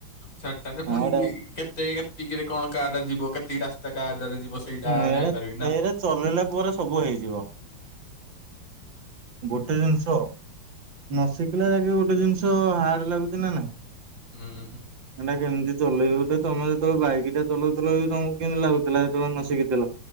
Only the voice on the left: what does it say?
ସେଟାରେ ପୁଣି
କେତେ କେତିକିରେ କଣ କାର ଯିବ କେତିକି ରାସ୍ତା କାରଟାରେ ଯିବ। ସେଇଟା
ଜାଣିପାରିବି ନା
ହୁଁ।